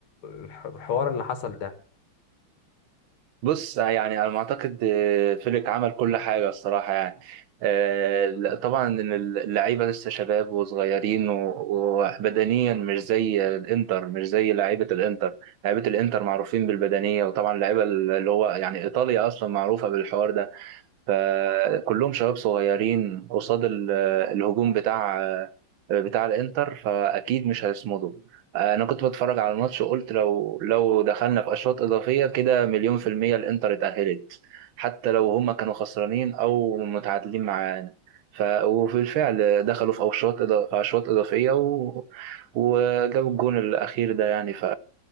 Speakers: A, on the left; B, on the right.
A: الح- الحوار اللي حصل ده
B: بص يعني أنا ما أعتقد آه، فليك عمل كل حاجة الصراحة يعني آه، لا، طبعا إن اللعيبة لسه شباب وصغيرين و- وبدنيا مش زي الإنتر مش زي لعيبة الإنتر لعيبة الإنتر معروفين بالبدنية وطبعا اللعيبة اللي هو يعني إيطاليا أصلا معروفة بالحوار ده فكلهم شباب صغيرين قصاد ال- الهجوم بتاع بتاع الانتر فاكيد مش هيصمدوا انا كنت بتفرج على الماتش وقلت لو لو دخلنا في اشواط اضافيه كده مليون في الميه الانتر اتاهلت حتى لو هما كانوا خسرانين او متعادلين معانا ف وفي الفعل دخلوا في اشواط إضا- في اشواط اضافيه و... وجابوا الجون الاخير ده يعني ف